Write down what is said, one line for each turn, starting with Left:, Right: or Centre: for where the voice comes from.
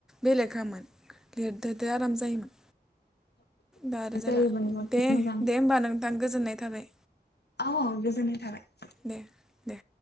Centre: बेलेखामोन लिददोदो आराम जायोमोन। दा आरो जाला
Left: जायोमोन बहुद
Centre: दे
Left: मोजां
Centre: दे होमबा नोंथां गोजोननाय थाबाय।
Left: अ गोजोनाय थाबाय।
Centre: दे दे